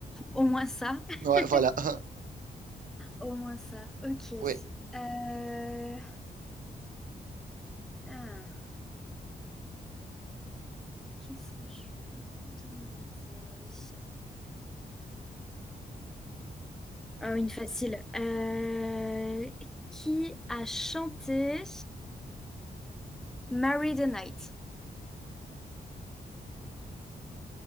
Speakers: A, in the centre; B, on the right.
A: au moins ça. <laughs>
B: Ouais, voilà. <laughs>
A: Au moins ça, ok.
B: Ouais.
A: Euh, ah, qu'est-ce que je peux demander? Oh, une facile. Euh, qui a chanté Marry the Night?